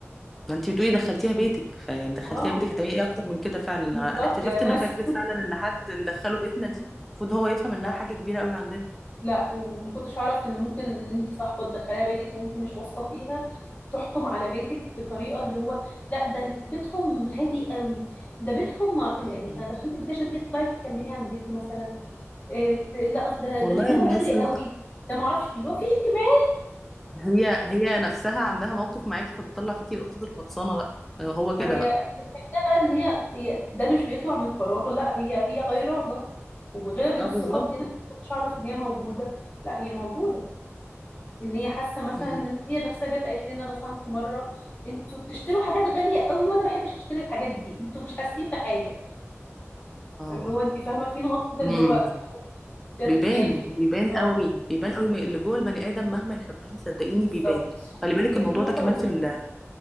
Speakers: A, in the centre; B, on the left.
A: ما انت بتقولي دخلتيها بيتك فيعني دخلتيها
B: اه
A: بيتك هتعملي ايه اكتر من كده فعلا انا
B: بالظبط
A: أنا اكتشفت
B: يا ناس
A: ان فكره فعلا ان حد ندخله بيتنا دي المفروض هو يفهم انها
B: <laughs>
A: حاجه كبيره قوي عندنا
B: لا وما كنتش اعرف ان ممكن ان انت صاحبه تدخليها بيتك وانت مش واثقه فيها تحكم على بيتك بطريقه اللي هو لا ده بيتهم هادي قوي ده بيتهم مع... يعني
A: آه.
B: انا دخلت البيت عشان انت تطلعي تتكلمي عن بيتي مثلا إيه ت- لا أصل ده
A: والله
B: ده بيناموا
A: انا بحس
B: بدري
A: إنه
B: قوي ده ما اعرفش اللي هو في انتماء
A: هي هي نفسها عندها موقف معاكي فبتطلع فيكي القطط الفطسانه بقى هو كده
B: ما هي
A: بقى
B: الفكره بقى ان هي هي ده مش بيطلع من فراغ لا هي هي غيرانه وبغيرها بين
A: اه
B: الصحاب
A: بالظبط
B: دي انا ما كنتش اعرف ان هي موجوده لا هي موجوده ان هي حاسه مثلا
A: امم
B: ان هي نفسها جت قالت لنا مثلا في مره انتوا بتشتروا حاجات غاليه قوي وانا ما بحبش اشتري الحاجات دي انتوا مش حاسين بحاجه
A: اه
B: فاللي هو انت فاهمه في نقط كده
A: امم
B: اللي هو بدات
A: بيبان
B: تخافي
A: بيبان
B: اه
A: قوي بيبان قوي اللي جوه البني ادم مهما يخبيه صدقيني
B: بالظبط
A: بيبان وخلي بالك
B: هي
A: الموضوع
B: في نقطه
A: ده كمان
B: بتبان
A: في ال-